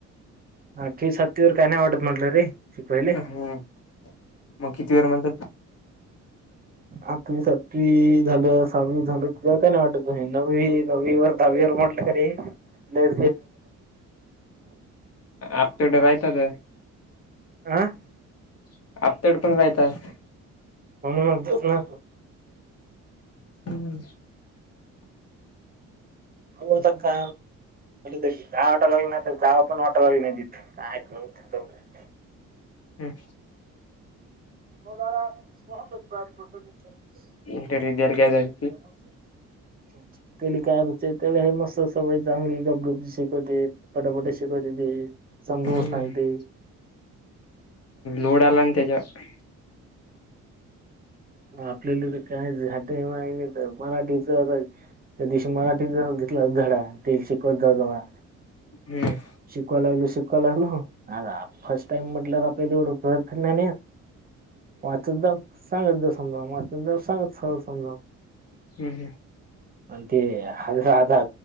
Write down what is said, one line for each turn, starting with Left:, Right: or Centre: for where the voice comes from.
Right: अ ठी सत्तीवर काय नाही वाटत म्हटलं रे शिकवायले
Left: हम्म मग किती वेर म्हणतात
Right: आठवी सातवी झालं सहावीस झालं त काय नाही वाटत नवी नवी वर दावीवर म्हटलं खे न
Left: आपतेडे राहता का
Right: आह
Left: <unintelligible>
Right: म्ह मग ना
Left: हम्
Right: हो का जा वाटा लागल ना जा पण वाट <unintelligible>
Left: हम्म
Right: <unintelligible>
Left: इंटरव्ह्यू द्यायला काय झाली
Right: त्याले काय अच त्याला हे मस्त सवय चांगली गपगपज शिकवते पटापट शिकवत्याती ती समजवून
Left: ती
Right: सांगते
Left: लोड अला ना तेज्यावर
Right: आपल्याला तर काय झाट आहे नाही तर मराठीच आता त्या दिवशी मराठीत घेतला धडा ते शिकवत जाव जवा
Left: हम्
Right: शिकवा लागलो शिकवा लागलो आ फर्स्ट टाइम म्हटलं आपल्या जेवढं <unintelligible> वाचत जाव सांगत जाव समजाव वाचत जाऊ सांगत स समजाव
Left: हम् हम
Right: आणि ते हज आता